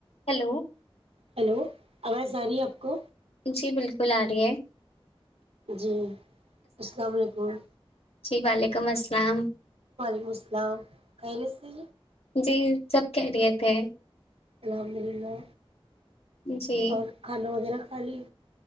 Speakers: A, on the left; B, on the right.
A: ہیلو
B: ہلو آواز آ رہی ہے آپ کو
A: جی بالکل آ رہی ہے
B: جی السلام علیکم
A: جی وعلیکم السلام
B: وعلیکم السلام خ رہے سے
A: جی سب کہہریے تھے
B: الحمد للہ
A: جی
B: اور کھالو وغیرہ علی